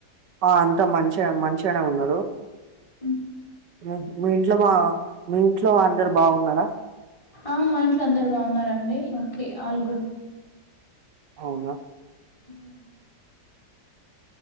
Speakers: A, on the right (about 80°); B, on the left (about 15°).
A: ఆ అంతా మంచి మంచిగనే ఉన్నారు
B: మ్మ్ హు
A: మ్మ్ మీ ఇంట్లో మా మీ ఇంట్లో అందరు బాగున్నారా
B: ఆ మా ఇంట్లో అందరు బాగున్నారండి ఓకే ఆల్ గుడ్
A: అవునా
B: మ్మ్